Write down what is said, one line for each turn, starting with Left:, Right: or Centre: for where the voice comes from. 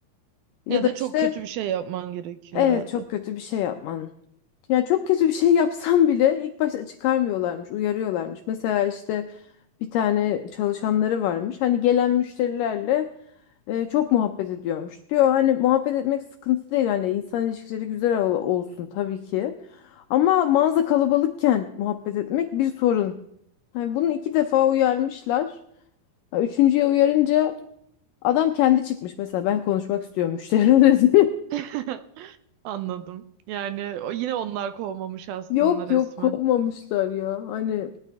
Left: Ya
Right: Ya
Left: da
Right: da
Left: işte
Right: çok kötü bir şey yapman gerekiyor
Left: evet
Right: herhalde.
Left: çok kötü bir şey yapman Ya çok kötü bir şey yapsam bile ilk başta çıkarmıyorlarmış, uyarıyorlarmış. Mesela işte bir tane çalışanları varmış. Hani gelen müşterilerle e, çok muhabbet ediyormuş. Diyor hani muhabbet etmek sıkıntı değil hani insan ilişkileri güzel ol- olsun tabii ki. Ama mağaza kalabalıkken muhabbet etmek bir sorun. Hani bunu iki defa uyarmışlar. Ha, Üçüncüye uyarınca adam kendi çıkmış mesela ben konuşmak istiyorum müşterilerle diye. <laughs>
Right: <laughs> Anladım. Yani o- yine onlar kovmamış aslında
Left: Yok
Right: resmen.
Left: yok kovmamışlar ya. Hani